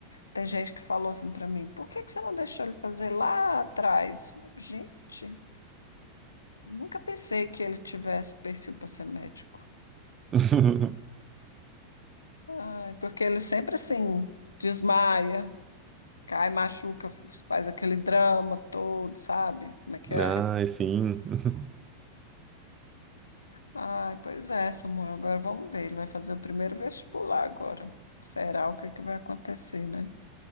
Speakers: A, on the left; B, on the right.
A: Tem gente que falou assim para mim, por que que você não deixou ele fazer lá atrás? Gente, nunca pensei que ele tivesse perfil para ser médico.
B: <laughs>
A: Ai, porque ele sempre assim desmaia, cai, machuca, faz aquele drama todo, sabe? Como é que
B: Ai,
A: é?
B: sim. <laughs>
A: Ai, pois é, Samuel. Agora vamos ver. Ele vai fazer o primeiro vestibular agora. Será o que que vai acontecer, né?